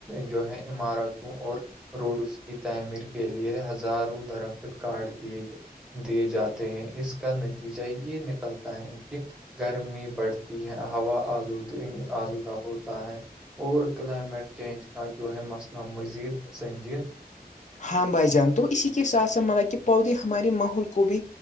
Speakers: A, in the centre; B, on the left (about 45°).
A: جو ہے عمارتوں اور روڈ اس کی تعمیر کے لیے ہزاروں درخت کارڈ دیےئے دیے جاتے ہیں اس کا نتیجہ یہ نکلتا ہے کہ گرمی بڑھتی ہے ہوا آلودی آلودہ ہوتا ہے اور کلائمیٹ چینج کا جو ہے مسئلہ مزید سنجین
B: ہام بھ جان تو اسی کے ساتھ س مطلب کہ پودے ہمارے ماحول کو بھی